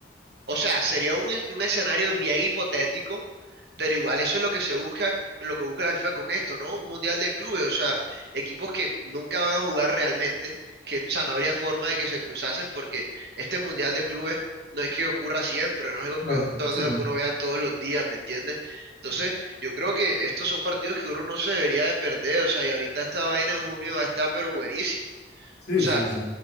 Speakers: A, on the right; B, on the left.
A: O sea, sería un, un escenario bien hipotético, pero igual eso es lo que se busca, lo que busca la FIFA con esto, ¿no? Un mundial de clubes, o sea, equipos que nunca van a jugar realmente, que, o sea, no habría forma de que se cruzasen porque este mundial de clubes no es que ocurra siempre, no es algo
B: Ok,
A: que es un torneo
B: Sí,
A: que uno vea todos los días, ¿me entiendes? Entonces, yo creo que estos son partidos que uno no se debería de perder, o sea, y ahorita esta vaina en junio va a estar pero buenísima.
B: sí,
A: O sea,
B: sí, sí.
A: t-